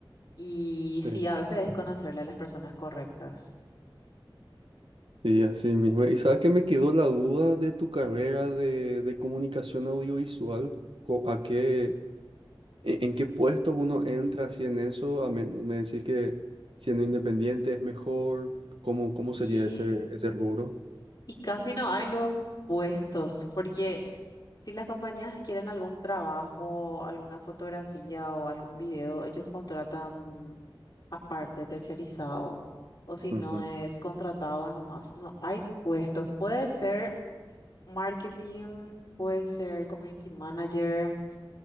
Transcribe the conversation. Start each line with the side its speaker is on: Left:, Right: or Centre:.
Left: Y
Right: Sí.
Left: sí, a veces es conocerle a las personas correctas.
Right: Sí, así mismo. ¿Y sabes que me quedó la duda de tu carrera de, de comunicación audiovisual? Co- ¿A qué, ¿En en qué puestos uno entra si en eso? A men- me decís que siendo independiente es mejor. ¿Cómo, cómo
Left: Sí,
Right: sería ese, ese rubro?
Left: Y casi no hay luego puestos, porque si las compañías quieren algún trabajo, alguna fotografía o algún video, ellos contratan aparte, tercerizado, o si
Right: Ujú,
Left: no es contratado nomás, no hay puestos. Puede ser marketing, puede ser community manager,